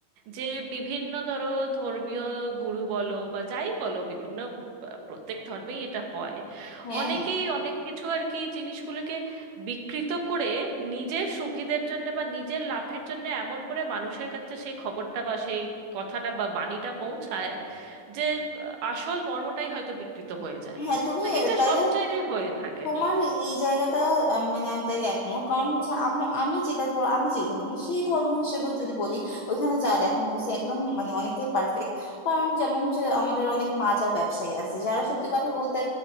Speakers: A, on the right; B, on the left.
A: যে বিভিন্ন ধরো ধর্মীয় গুরু বলো বা যাই বলো বিভিন্ন আহ, প্রত্যেক ধর্মেই এটা হয়
B: হ্যাঁ
A: অনেকেই
B: হ্যাঁ
A: অনেক কিছু আর কি জিনিসগুলোকে বিকৃত করে নিজের সুবিধের জন্য বা নিজের লাভের জন্য এমন করে মানুষের কাছে সেই খবরটা বা সেই কথাটা বা বাণীটা পৌঁছায় যে আহ, আসল মর্মটাই হয়তো বিকৃত হয়ে যায়
B: হ্যাঁ তুমি
A: তো এটা
B: তাইলে
A: সব জায়গায় হয়ে থাকে
B: তোমার এই জায়গাটা আম, মানে আমি তাইলে একমত কারণ হচ্ছে আম- আমি যেটা ধরো আমি যে ধর্ম সেই ধর্ম হিসেবেও যদি বলি ওইখানে যা দেখানো হয়েছে একদম মানে অনেকটাই পারফেক্ট কারণ যেমন হচ্ছে আমাদের অনেক মাজার ব্যবসায়ী আছে যারা সত্যি কথা বলতে